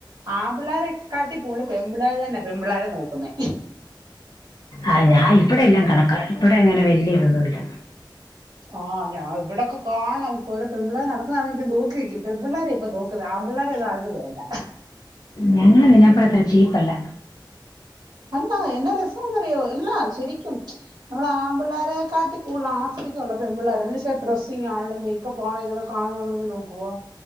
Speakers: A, on the right; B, on the left.
A: ആമ്പിള്ളാരെക്കാട്ടി കൂടുൽ പെമ്പിള്ളാര് തന്നാ പെമ്പിള്ളാരെനോക്കുന്നേ
B: ആഹ് ഞാ ഇവിടെ എല്ലാം കണക്കാ ഇവിടെ അങ്ങനെ വല്യ ഇതൊന്നുവില്ല
A: ആഹ് ഞാ ഇവ്ടൊക്കെ കാണണം ഓരോ പെമ്പിള്ളേര് നടക്കുന്നതാണെ നോക്കി നിക്കും പെമ്പിള്ളേരെ ഇപ്പൊ നോക്കുന്നെ ആമ്പിള്ളേരെ ഒന്നും ആർക്കും വേണ്ട
B: ഞങ്ങള് നിന്നെപ്പോലത്ര ചീപ്പല്ല
A: അല്ലാ എന്നാ രസാന്നറിയോ എല്ലാ ശെരിക്കും നമ്മളാമ്പിള്ളാരെക്കാട്ടി കൂട്തലാസ് സ്വദിക്കൊല്ലോ പെമ്പിള്ളാര് എന്ന് വെച്ചാ ഡ്രസ്സിങ്ങാ ണേലും മേക്കപ്പാണേലും ഇത് കാണുമ്പോ നമ്മളിങ്ങനെ നോക്കു ഓ